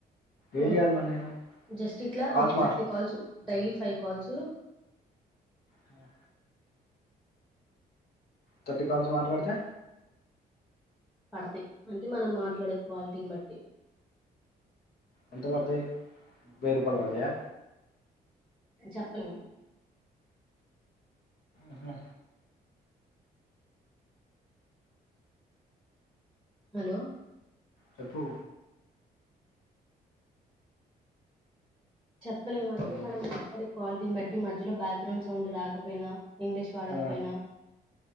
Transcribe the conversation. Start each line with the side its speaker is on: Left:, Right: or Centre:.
Left: ఏం
Centre: ఉమ్
Left: చేయాలి మరి నేను
Centre: జస్ట్ ఇట్లా
Left: కాల్స్
Centre: ఒక
Left: మా
Centre: thirty calls daily five calls
Left: ఆ థర్టీ కాల్స్ మాట్లాడితే
Centre: పడతాయి అంటే మనం మాట్లాడే క్వాలిటీని బట్టి
Left: ఎంత పడతాయి వేయి రూపాయలు పడతాయ
Centre: చెప్పలేము
Left: ఆహా
Centre: హలో
Left: చెప్పు
Centre: చెప్పలేము అంటే
Left: కన్ను
Centre: మనం
Left: కన్ను
Centre: మాట్లాడే క్వాలిటీని
Left: కన్ను
Centre: బట్టి మధ్యలో బ్యాక్గ్రౌండ్ సౌండ్ రాకపోయినా ఇంగ్లీష్ వాడకపోయినా
Left: ఆ